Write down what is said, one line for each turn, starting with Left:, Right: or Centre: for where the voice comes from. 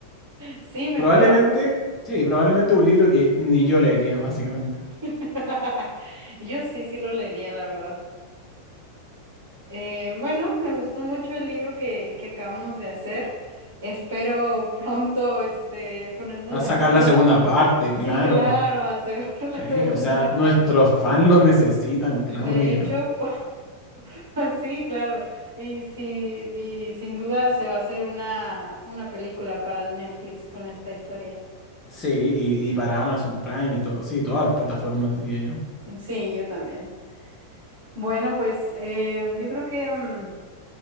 Right: Sí, mejor.
Left: Probablemente, sí, probablemente un libro que ni yo leería, básicamente.
Right: <laughs> Yo sí, sí lo leería, la verdad. Eh, bueno, me gustó mucho el libro que, que acabamos de hacer. Espero <laughs> pronto este, ponernos
Left: A
Right: de
Left: sacar
Right: acuerdo.
Left: la segunda parte,
Right: Sí,
Left: claro.
Right: claro, aseguro <laughs> la
Left: Sí,
Right: segunda
Left: o sea, nuestros
Right: parte.
Left: fans lo necesitan, Claudia.
Right: De hecho, pues, <laughs> sí, claro. Y, sí, y sin duda se va a hacer una, una película para Netflix con esta historia.
Left: Sí, y, y para Amazon Prime y todo, sí, todas las plataformas, diría yo.
Right: Sí, yo también. Bueno, pues eh, yo creo que mm,